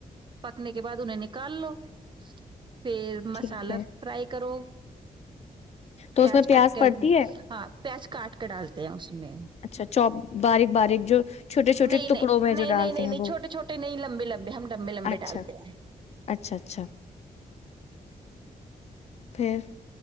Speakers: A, on the right (about 30°); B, on the left (about 45°).
A: پکنے کے بعد انہیں نکال لو پھر مسالہ
B: ٹھیک ہے
A: فرائی کرو
B: تو
A: پیاز
B: اس میں
A: کٹ کر
B: پڑتی
A: گ
B: ہے
A: ہاں پیچ کاٹ کے ڈالتے ہیں اس میں
B: اچھا چوپ باریک باریک جو چھوٹے
A: نہیں
B: چھوٹے ٹکڑوں
A: نہیں نہیں
B: میں جو ڈالتے
A: نہیں نہیں
B: ہیں
A: نہیں
B: وہ
A: چھوٹے چھوٹے نہیں لمبے لمبے ہم لمبے لمبے
B: اچھا
A: ڈالتے ہیں
B: اچھا اچھا پھر